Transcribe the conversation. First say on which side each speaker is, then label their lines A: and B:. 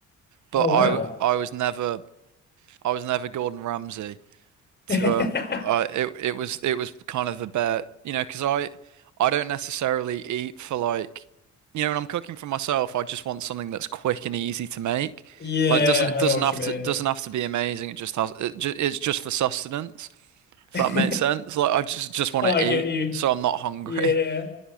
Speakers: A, on the right; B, on the left.
A: but
B: Oh wow.
A: I I was never I was never Gordon Ramsay to
B: <laughs>
A: um I it it was it was kind of the bet, you know, 'cause I I don't necessarily eat for like you know, when I'm cooking for myself, I just want something that's quick and easy to make.
B: Yeah,
A: Like doesn't it
B: I
A: doesn't
B: know what
A: have
B: you mean.
A: to doesn't have to be amazing. It just has it ju it's just for sustenance, if
B: <laughs>
A: that makes sense. Like I just just want
B: I
A: to
B: get
A: eat
B: you.
A: so I'm not hungry.
B: Yeah.
A: <laughs>